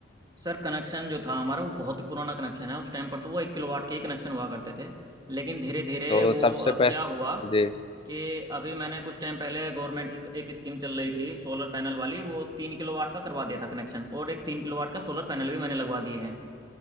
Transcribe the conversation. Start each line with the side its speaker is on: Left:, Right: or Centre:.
Right: सर कनेक्शन जो था हमारा वो बहुत ही पुराना कनेक्शन है उस टाइम पर तो वो एक किलोवाट के ही कनेक्शन हुआ करते थे लेकिन धीरे धीरे
Left: तो
Right: वो
Left: सबसे
Right: अब
Left: पहले
Right: क्या हुआ
Left: जी
Right: कि अभी मैंने कुछ टाइम पहले गवर्नमेंट की एक स्कीम चल रही थी सोलर पैनल वाली वो तीन किलोवाट का करवा दिया था कनेक्शन और एक तीन किलोवाट का सोलर पैनल भी मैंने लगवा दिए हैं